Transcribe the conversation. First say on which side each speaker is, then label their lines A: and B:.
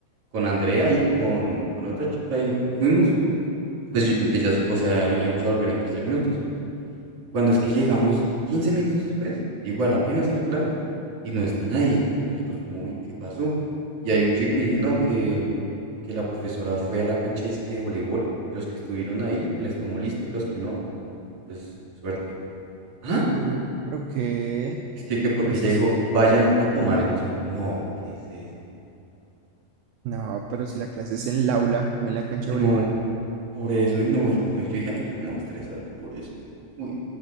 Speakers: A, on the right; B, on the right.
A: Con Andrea y con, con otra chica y fuimos, pues
B: Ok.
A: yo- ellas, o sea, íbamos a volver en 15 minutos. Cuando es que llegamos 15 minutos después, igual apenas en la clase, y no está nadie. Y Nosotros como, uy, ¿qué pasó? Y hay un chico y dije, no, que, que la profesora fue a la cancha disque de voleibol. Los que estuvieron ahí, que les tomó lista y los que no, pues suerte. ¿Ah?
B: Uh, pero qué,
A: Es que, que porque
B: pero eso
A: ella dijo,
B: es-
A: vayan a tomar el sol. No, ¿qué es eso?
B: no, pero si la clase es en el aula, no en la cancha
A: No,
B: de voleibol,
A: por eso, y no, y no, yo dije, ay, yo no me voy a estresar ya por eso. Uy,